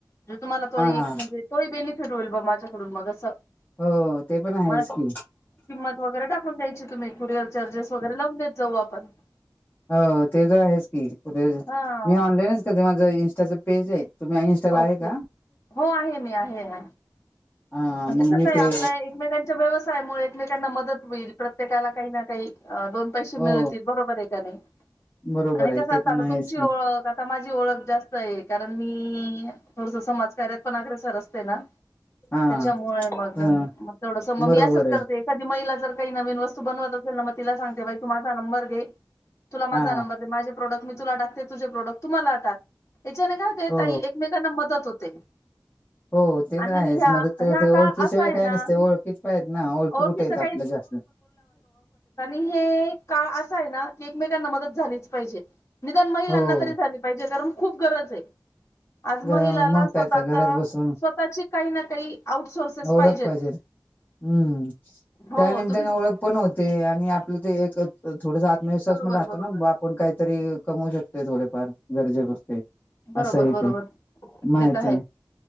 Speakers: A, on the left; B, on the left.
A: हाय, तुम्हाला तो एक
B: हा
A: म्हणजे तो ही बेनिफिट होईल, बा माझ्याकडून मग असं.
B: हो ते पण आहेच
A: मग
B: की
A: किंमत वगैरे टाकून द्यायची तुम्ही कुरिअर चार्जेस. टाकून देत जाऊ आपण.
B: हो ते तर आहेच की, कुठे
A: हां
B: मी ऑनलाईनच करते माझं इंस्टाच पेज आहे. तुम्ही आ इंनस्टाला आहे
A: ओके
B: का?
A: हो आहे मी आहे आहे
B: हा
A: म्हणजे
B: मग
A: कसं
B: मी
A: हाय?
B: ते
A: आपल एकमेकांच्या व्यवसायामुळे एकमेकांना मदत व्हईल, प्रत्येकाला काही ना काही अ दोन पैसे
B: हो
A: मिळतील, बरोबर आहे का नाही?
B: बरोबर
A: आणि
B: आहे
A: कसं
B: ते
A: असत?
B: पण
A: आता
B: आहेच
A: तुमची
B: की
A: ओळख, आता माझी ओळख जास्त आहे, कारण मी थोडस समाजकार्यात, पण अग्रेसर असते ना
B: हा
A: त्याच्यामुळे मग
B: ह
A: मग ते थोडसं मग
B: बरोबर
A: मी असंच करते
B: आहे
A: एखादी महिलाचा जर तर काही नवीन वस्तू बनवत असेल मग तिला सांगते बाई तू माझा नंबर घे तुला
B: हा
A: माझा नंबर दे प्रोडक्ट मी तुला टाकते तुझे प्रोडक्ट तू मला टाक त्याच्याने काय होते
B: हो
A: ताई एकमेकांना मदत होते. <unintelligible>
B: हो ते
A: आणि
B: तर आहेच
A: ह्या
B: मदत तर
A: ह्या
B: ते ओळखी
A: काळ असा
B: शिवाय
A: आहे
B: काय
A: ना
B: नसते ओळखीचं पाहिजेत ना ओळखी
A: ओळखीचं
B: कुठे आहेत आपल्या जास्त
A: एक काळ असं आहे ना की एकमेकांना मदत झालीच पाहिजे निदान महिलांना
B: हो
A: तरी झाली पाहिजे कारण खूप गरज आहे. आज
B: मग
A: महिलांना स्वतःचा
B: काय तर घरात बसून
A: स्वतःची काही ना काही आउटसोर्सेस
B: ओळख
A: पाहिजेत
B: पाहिजे हम्म
A: हो
B: त्या निमित्ताने
A: तुम्ही
B: ओळख पण होते. आणि आपलं ते एक थोडंसं आत्मविश्वास
A: बरोबर
B: पण राहतो
A: बरोबर
B: ना आपण काही तरी कमवू शकते थोडेफार गरजे करते
A: बरोबर
B: असंही
A: बरोबर
B: ते माहिती
A: ते तर
B: आहे